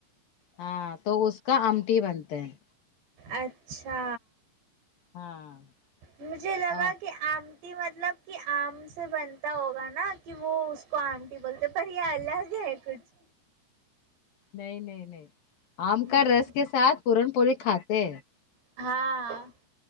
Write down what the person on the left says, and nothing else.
ہاں تو اس کا آمٹی بنتے ہیں
ہاں
آ،
نہیں نہیں نہیں آم
کا رس کے ساتھ پورن پوری کھاتے ہیں